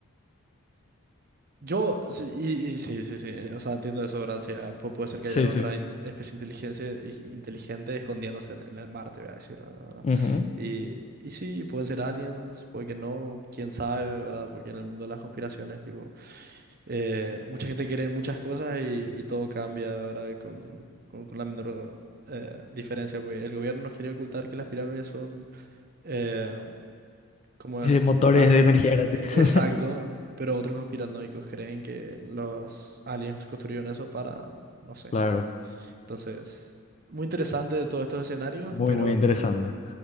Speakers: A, on the right; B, on the left.
A: Yo, sí, y, y sí, sí, sí, o sea, entiendo eso, ¿verdad? Sí, ah, pu- puede ser que
B: Sí,
A: haya otra
B: sí.
A: in- especie inteligencia, i- inteligente escondiéndose en, en el mar, te voy a decir, ¿verdad?
B: Ujú.
A: Y, y sí, pueden ser aliens, puede que no, quién sabe, ¿verdad? Porque en el mundo de las conspiraciones, tipo, eh, mucha gente quiere en muchas cosas y, y todo cambia, ¿verdad? Con, con, con la menor eh, diferencia, porque el gobierno nos quiere ocultar que las pirámides son... eh, como
B: Eh,
A: es,
B: Motores
A: ma-
B: de energía
A: ma-
B: gratis.
A: e-
B: <laughs>
A: exacto, pero otros conspiranoicos creen que los aliens construyeron eso para, no sé.
B: Claro,
A: Entonces, muy interesante de todos estos escenarios,
B: muy,
A: pero,
B: muy interesante.